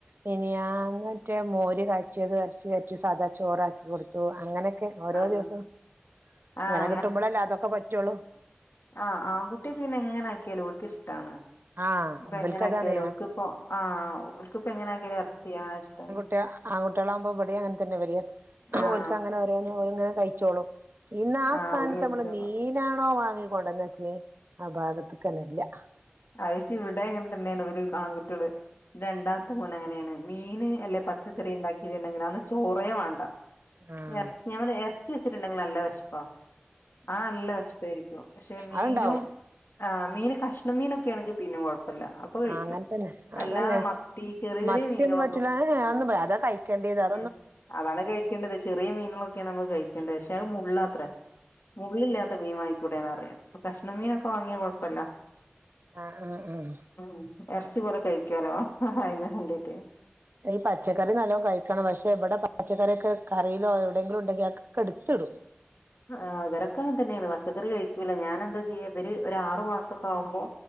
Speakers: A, on the right; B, on the left.
A: മിനിയാനാതെ മോര് കച്ചിയാത് വരച്ച് സാധാ ചോറാക്കി കൊടു ത്തു അങ്ങനെഒക്കെ ഓരോ
B: ആഹ്
A: ദിവസം
B: ആഹ്
A: അങ്ങനെ കിട്ടുമ്പോഴല്ലേ അതൊക്കെ പറ്റുള്ളൂ
B: ആ ആൺകുട്ടിക്ക് പിന്നെ എങ്ങനെ ആക്കിയാലോ ഒല്ക്ക് ഇഷ്ടാണ്
A: ആഹ്
B: ഇപ്പ
A: ഇവൽക്കതാണ്
B: എങ്ങനെ ആക്കിയാലും ഒലിക്കിപ്പോ ആ ഓല്ക്കിപ്പ എങ്ങനെ ആക്കിയാലും എറച്ചി ചെയ്യാന ഇഷ്ടന്ന്
A: ട്ടാ ആൺകുട്ടിളാവുമ്പം ഇവടിം അങ്ങത്തന്നെ ഇവര്
B: ആഹ്
A: ഓല്ക്ക് അങ്ങനെ ഓരോന്ന് ഓരോന്ന് കഴിച്ചോളും ഇന്നാ ആ
B: ആഹ്
A: സ്ഥാനത്ത്
B: ഓല് കഴിച്ചോളും
A: അമ്മള് മീനാണോ
B: അത്
A: വാങ്ങി കൊണ്ടേന്നച്ചേ ആ ഭാഗത്ത്ക്കന്നെ ഇല്ലാ
B: അയ്ശ് ഇവടെ അങ്ങത്തന്നേണ് ഇവര് ആൺകുട്ടിയള് രണ്ടാമത്തെ മോൻ അങ്ങനേണ് മീൻ അല്ലെ പച്ചക്കറി ഇണ്ടാക്കിട്ട് ഇണ്ടെങ്കില് അന്ന് ചോറേ വാണ്ട
A: ആഹ്
B: എറച്ചി ഞാൻ പർഞ്ഞെ എറച്ചി വെച്ചിട്ട്ണ്ടെങ്കി നല്ല വെശ്പ്പാ ആഹ് നല്ല വെശ്പ്പായിരിക്കും പക്ഷേ മീനും
A: അത്ണ്ടാവും
B: ആഹ് മീന് കഷ് ണ മീനൊക്കേണെങ്കി പിന്നെ കൊഴപ്പല്ല അ പ്പ കഴിക്കും.
A: ആ അങ്ങനെ തന്നെ
B: അല്ലാതെ
A: അതന്നെ
B: മത്തി ചെറിയ ചെറിയ
A: മത്തിയൊന്നും
B: മീനുകളൊന്നും
A: പറ്റൂല ഏ
B: ഉം
A: അതൊന്നും അതാ കഴിക്കേണ്ടിയത് അ
B: ഉം അതാണ് കഴിക്കേണ്ടത് ചെറിയ മീനുകളൊക്കേണ് നമ്മള് കഴിക്കേണ്ടത് പക്ഷേ അഹ് മുള്ളാത്രെ മുള്ളില്ലാത്ത മീൻ വാങ്ങിക്കൂടേന്നാറിയാ അപ്പൊ കഷ്ണം മീനൊക്കെ വാങ്ങിയാ കൊഴപ്പല്ല
A: ആഹ് ആഹ് ആഹ്
B: ഉം എറച്ചി പോല കഴിക്കാലോ ആഹ് അയിന് വേണ്ടിട്ടെ
A: ഈ പച്ചക്കറി നല്ലോം കഴി ക്കണം പക്ഷേ ഇവടെ പച്ചക്കറിയൊക്കെ കറീലോ എവിടേങ്കിലും ഉണ്ടെങ്കില് അതൊക്കെ ഇട്ത്തിടും
B: ആഹ് ഇവരെക്കെ അങ്ങത്തന്നേണ് പച്ചക്കറി കഴിക്കൂല്ല ഞാനെന്താ ചെയ്യാ ഇവര് ഒരു ആറു മാസൊക്കെ ആവുമ്പോ